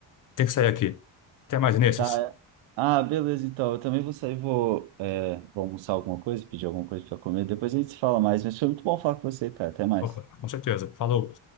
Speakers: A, on the left (about 45°); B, on the right (about 75°).
A: Tem que sair aqui. Até mais, Vinícius.
B: Tá. é. Ah, beleza, então. Eu também vou sair, vou, é, vou almoçar alguma coisa, pedir alguma coisa para comer. Depois a gente se fala mais. Mas foi muito bom falar com você, cara. Até mais.
A: Opa, com certeza. Falou.